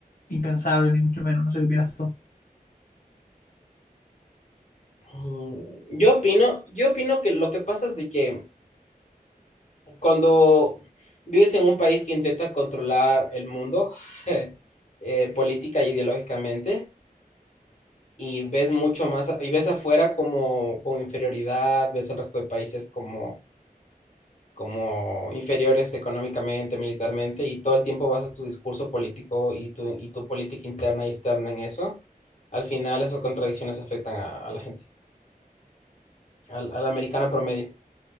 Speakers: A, on the left (about 65°); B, on the left (about 50°).
A: impensable, ni mucho menos. No sé qué opinas tú.
B: Mm, Yo opino, yo opino que lo que pasa es de que cuando vives en un país que intenta controlar el mundo <laughs> eh, política e ideológicamente y ves mucho más a- y ves afuera como con inferioridad, ves al resto de países como como inferiores económicamente, militarmente y todo el tiempo basas tu discurso político y tu y tu política interna y externa en eso. Al final esas contradicciones afectan a, a la gente, al, al americano promedio.